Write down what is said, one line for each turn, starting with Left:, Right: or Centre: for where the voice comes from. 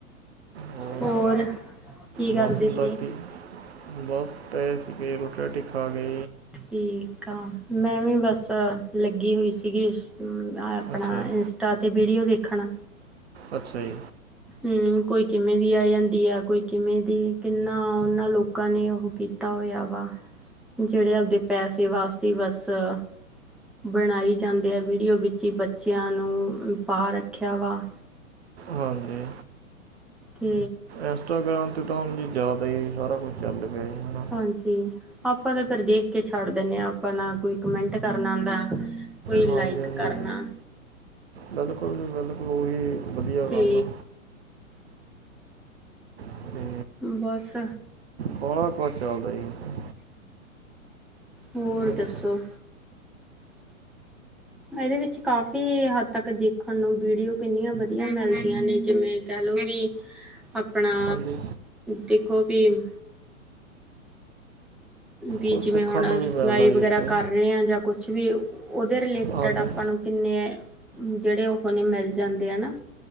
Right: ਹੂ,
Centre: ਹੋਰ ਕੀ ਕਰਦੇ
Right: ਮੌਸਮ
Centre: ਸੀ
Right: ਦਾ ਕੀ। ਬਸ, ਪਏ ਸੀਗੇ ਰੋਟੀ- ਰਾਟੀ ਖਾਕੇ।
Centre: ਠੀਕ ਆ। ਮੈਂ ਵੀ ਬਸ, ਲੱਗੀ ਹੋਈ ਸੀਗੀ। ਆਪਣਾ
Right: ਅੱਛਾ ਜੀ
Centre: ਇੰਸ- ਟਾ ਤੇ ਵੀਡੀਓ ਦੇਖਣ
Right: ਅੱਛਾ ਜੀ।
Centre: ਹੂ, ਕੋਈ ਕਿਵੇਂ ਦੀ ਆ ਜਾਂਦੀ ਆ ਕੋਈ ਕਿਵੇਂ ਦੀ, ਕਿੰਨਾ ਉਹਨਾਂ ਲੋਕ- ਲੋਕਾਂ ਨੇ ਉਹ ਕੀਤਾ ਹੋਇਆ ਵਾ। ਜਿਹੜੇ ਆਪਦੇ ਪੈਸੇ ਵਾਸਤੇ ਬਸ- ਬਣਾਈ ਜਾਂਦੇ ਆ ਵੀਡੀਓ ਵਿੱਚ ਹੀ ਬੱਚਿਆਂ ਨੂੰ ਪਾ ਰੱਖਿਆ ਵਾ।
Right: ਹੋ ਕੀ।
Centre: ਹੂ
Right: ਇੰਸਟਾਗ੍ਰਾਮ 'ਤੇ ਤਾਂ ਹੁਣ ਜੀ ਜ਼ਿਆਦਾ ਹੀ ਸਾਰਾ ਕੁਛ ਚੱਲ ਪਿਆ ਜੀ। ਨਾ
Centre: ਹਾਂਜੀ। ਆਪਾਂ ਤਾਂ ਫਿਰ ਦੇਖ ਕੇ ਛੱਡ ਦਿੰਦੇ ਹਾਂਆਪਾਂ ਨਾ ਕੋਈ ਕਮੈਂਟ ਕਰਨਾ ਆਂਦਾ। ਕੋਈ
Right: ਹਾਂਜੀ
Centre: ਲਾਈਕ
Right: ਹਾਂਜੀ
Centre: ਕਰਨਾ।
Right: ਬਿਲਕੁਲ ਜੀ, ਬਿਲਕੁਲ ਉਹੀ ਵਧੀਆ
Centre: ਤੇ
Right: ਗੱਲ ਆ। ਅਤੇ
Centre: ਬਸ।
Right: ਬਾਹਲਾ ਕੁਛ ਚੱਲਦਾ ਜੀ ਇੱਥੇ।
Centre: ਹੋਰ
Right: ਹੈਲੋ
Centre: ਦੱਸੋ? ਇਹਦੇ ਵਿੱਚ ਕਾਫ਼ੀ ਹੱਦ ਤੱਕ ਦੇਖਣ ਨੂੰ ਵੀਡੀਓ ਕਿੰਨੀਆਂ ਵਧੀਆ ਮਿਲਦੀਆਂ ਨੇ ਜਿਵੇਂ ਕਹਿ ਲਓ ਵੀ ਆਪਣਾ।
Right: ਹਾਂਜੀ
Centre: ਦੇਖੋ ਵੀ- ਵੀ
Right: ਕੁਝ ਸਿੱਖਣ
Centre: ਜਿਵੇਂ ਹੁਣ
Right: ਨੂੰ ਵੀ
Centre: ਸਿਲਾਈ
Right: ਮਿਲਦਾ ਜੀ
Centre: ਵਗੈਰਾ
Right: ਇੱਥੇ
Centre: ਕਰ ਰਹੇ ਹਾਂ ਜਾਂ ਕੁਛ ਵੀ- ਓਦੇ ਰਿਲੇਟਿਡ
Right: ਹਾਂਜੀ
Centre: ਆਪਾਂ ਨੂੰ ਕਿੰਨੇ, ਜਿਹੜੇ ਉਹ ਮਿਲ ਜਾਂਦੇ ਆ ਨਾ।